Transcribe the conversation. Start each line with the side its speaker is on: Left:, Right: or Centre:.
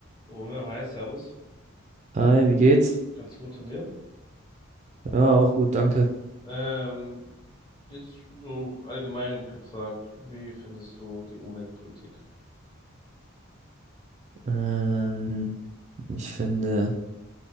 Left: Romeo, hi, Servus.
Right: Hi, wie geht's?
Left: Ganz gut von dir.
Right: Ja, auch gut, danke.
Left: Ähm, jetzt so allgemein gefragt, wie findest du die Umweltpolitik?
Right: Ähm, ich finde,